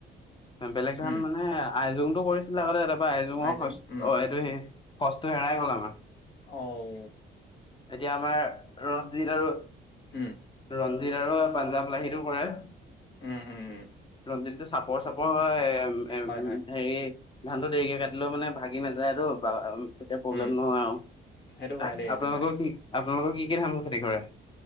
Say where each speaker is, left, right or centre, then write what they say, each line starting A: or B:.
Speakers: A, on the left; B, on the left.
A: বেলেগ ধান
B: উম
A: মানে আইজংটো কৰিছিলে আগতে তাৰপৰা আইজংৰ
B: আইজং
A: সচ
B: উম
A: অ এইটো সচটো হেৰাই গল আমাৰ '
B: অঔ
A: এতিয়া আমাৰ ৰঞ্জিত আৰু
B: উম
A: ৰঞ্জিত আৰু পাঞ্জাৱ লাহিটো কৰে।
B: উম উম,
A: যিটো চাপৰ চাপৰ হয় উম
B: হয় হয়
A: হেৰি ধানটো দেৰিকে কাটিলেও মানে ভাগ ভাঙি নাযায় আৰু বা উম তেতিয়া প্ৰব্লেম
B: উম
A: নহয় আৰু
B: সেইটো হয় দেই সেইটো
A: আপোনালোকৰ
B: হয়
A: কি আপোনালোকৰ কি কি ধানৰ খেতি কৰে।